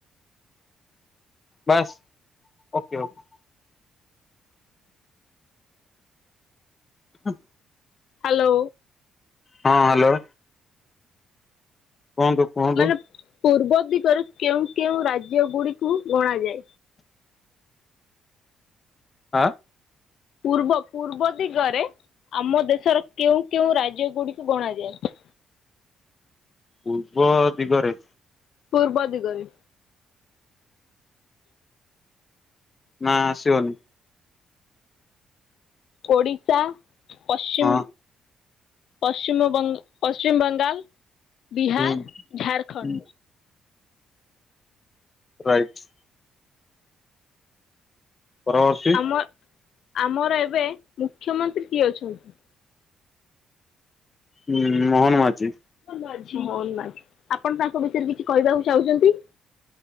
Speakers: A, on the left; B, on the left.
A: ବାସ୍ ଓକେ ଓକେ। ହଁ
B: ହାଲୋ।
A: ହଁ ହାଲୋ। କୁହନ୍ତୁ। କୁହନ୍ତୁ
B: ମାନେ ପୂର୍ବ ଦିଗରେ କେଉଁ କେଉଁ ରାଜ୍ୟ ଗୁଡିକୁ ଗଣାଯାଏ।
A: ହାଁ।
B: ପୂର୍ବ ପୂର୍ବ ଦିଗରେ ଆମ ଦେଶର କେଉଁ କେଉଁ ରାଜ୍ୟ ଗୁଡିକୁ ଗଣାଯାଏ।
A: ପୂର୍ବ ଦିଗରେ।
B: ପୂର୍ବ ଦିଗରେ।
A: ନା ଆସିବନି।
B: ଓଡ଼ିଶା, ପଶ୍ଚିମ
A: ହଁ
B: ପଶ୍ଚିମ ବଙ୍ଗ ପଶ୍ଚିମବଙ୍ଗାଲ, ବିହାର,
A: ହୁଁ
B: ଝାଡ଼ଖଣ୍ଡ।
A: ହୁଁ ରାଇଟ୍। ପରବର୍ତ୍ତୀ
B: ଆମ ଆମର ଏବେ ମୁଖ୍ୟମନ୍ତ୍ରୀ କିଏ ଅଛନ୍ତି।
A: ହୁଁ ମୋହନ ମାଝୀ।
B: ମୋହନ ମାଝୀ ଆପଣ ତାଙ୍କ ବିଷୟରେ କିଛି କହିବାକୁ ଚାହୁଁଛନ୍ତି।